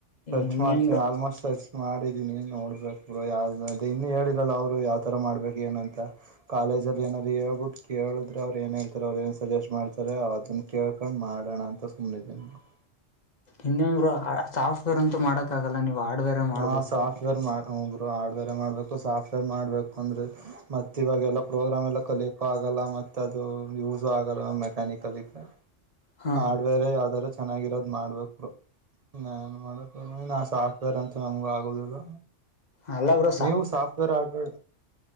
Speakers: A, on the right; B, on the left.
A: ಸರ್ಚ್
B: ಇನ್ನೇನ್
A: ಮಾಡ್ತೀವಿ
B: ಬ್ರೋ
A: ಆಲ್ಮೋಸ್ಟ್ ಸರ್ಚ್. ಮಾಡಿದೀನಿ ನೋಡ್ಬೇಕು ಬ್ರೋ ಯಾವ ಇನ್ನುೂ ಹೇಳಿನಲ್ಲಾಅವ್ರು ಯಾವಥರ ಮಾಡ್ಬೇಕು ಏನು ಅಂತ ಕಾಲೇಜಲ್ಲಿ ಏನಾದ್ರು ಹೇಳ್ಬಿಟ್ಟು ಕೇಳಿದ್ರೆ ಅವ್ ಏನ್ ಹೇಳ್ತಾರೆ ಅವ್ರ ಏನ್ ಸಜೆಸ್ಟ್ ಮಾಡ್ತಾರೆ ಅದನ್ನ ಕೇಳ್ಕೊಂಡ್ ಮಾಡೋಣ ಅಂತ. ಕನೆದ <unintelligible>
B: ಇನ್ನಂಗರು ಸಾಫ್ಟ್ವೇರ್ ಅಂತೂ ಮಾಡಕ್ಕಾಗಲ್ಲ ನೀವು ಹಾರ್ಡ್ವೇರ್ ಮಾಡ್ಬೇಕು
A: ಹಾ, ಸಾಫ್ಟ್ವೇರ್ ಮಾಡ ಬ್ರೋ ಹರ್ಡ್ವೇರ್ ಮಾಡ್ಬೇಕು ಸಾಫ್ಟ್ವೇರ್ ಮಾಡ್ಬೇಕು ಅಂದ್ರೆ ಮತ್ತ ಇವಾಗೆಲ್ಲ ಪ್ರೋಗ್ರಾಮ್ ಎಲ್ಲ ಕಲಿಯಕೋ ಆಗಲ್ಲ. ಮತ್ತೆ ಅದು ಯೂಸ ಆಗಲ್ಲ ಮೆಕ್ಯಾನಿಕ ಕಲಿಯಲ್ಲಾ.
B: ಹಾ
A: ಹಾಡವೇರೆ ಯಾವ್ದಾರೂ ಚೆನ್ನಾಗಿರೋದ್ ಮಾಡ್ಬೇಕು <unintelligible> ನನ್ ಮಾಡ ನಾ ಸಾಫ್ಟವೇರ್ ಅಂತ ನಮಗೂ ಆಗೋದಿಲ್ಲ.
B: ಅಲ್ಲ ಬ್ರೋ
A: ನೀವು ಸಾಫ್ಟ್ವೇರ್ ಆಡ್ವೇರ